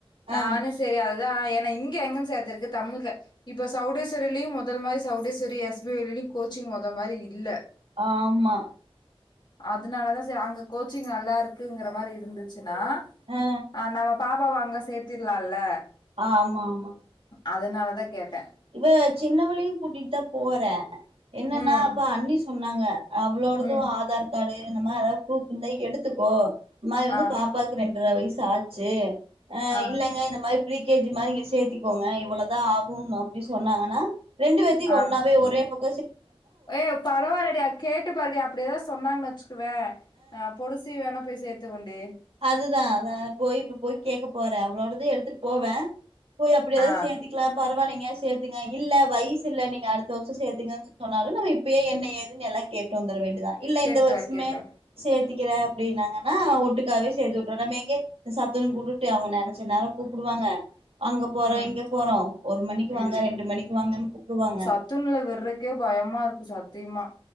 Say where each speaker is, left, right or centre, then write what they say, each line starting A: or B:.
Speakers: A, on the left (about 50°); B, on the right (about 70°).
A: நானூ
B: ஆ
A: சேரி அதுதா நா இங்க அங்கனு சேத்தருக்கு தமிழ் க இப்ப சவ்டேஸ்வரிலியு மொதல் மாரி சவுடேஸ்வரி எஸ் பி ஓலயு கோச்சிங் மொத மாரி இல்ல
B: ஆமா
A: அதனாலதா சரி அங்க கோச்சிங் நல்லா இருக்குங்குற மாரி இருந்துச்சு க்குதுன்னா
B: ஆ
A: நம்ம பா அப்பாவ அங்க சேத்திர்லால்ல
B: ஆமாமா
A: அதனாலதா கேட்ட
B: இவ சின்னவலையு கூட்டிட்டுதா போற என்னன்னா
A: ம்
B: அப்ப அண்ணி சொன்னாங்க அவளோடது
A: ம்
B: ஆதார் க்காடு இந்த மாரி எதாவ <unintelligible> எடுத்துக்கோ இன்மாரி வந்து
A: ஆ
B: பாப்பாக்கு ரெண்டர வயசு ஆச்சு அ
A: ஆ
B: இல்லங்க இந்த மாரி ப்ரீ கே ஜி மாரிங்க இங்க சேத்திக்கோங்க இவ்ளதா ஆகுன்னோ ப்டி சொன்னாங்கன்னா ரெண்டு வேத்தியு
A: ஆ
B: ஒன்னாவே ஒரே பக்
A: ஏ பரவால்லடி அ கேட்டு பாருடி அப்டியெதா சொன்னாங்கன் வெச்சுக்குவே அ ஆ பொடிசி வேணப் பே சேத்து வண்டி
B: அதுதா அதா போய் இப்ப போய் கேக்கப் போறே அவளோடது எடுத்துட் போவே போய் அப்டி எதாச்
A: ஆ
B: சேத்திக்லா பரவாலைங் ஏ சேத்துங்க இல்ல வயசு இல்ல நீங்க அடுத்த வருஷோ சேத்துங்கன் சொன்னாலு நம்ம இப்பயே என்ன ஏதுன் எல்லா கேட்டு வந்துர வேண் தா இல்ல
A: கேட்டு
B: இந்த வருஷமே
A: வா கேட்டு வா
B: சேத்திக் க்கிற அப்டின்னாங்கன்னா ஒட்டுக் க்காவே சேத்து உட்ற நம்ம எங்கியாச் சாத்துன்னு கூப்ட்டுட்டு அவங்க நெனைச்ச நேரோ கூப்டுவாங்க அங்க போறோ
A: ம்
B: இங்க போறோ ஒரு மணிக்கு
A: ம்
B: வாங்க ரெண்டு மணிக்கு வாங்கன் கூப்டுவாங்க
A: சத்துணவுல விட்றக்கே பயமா இருக்கு சத்தியமா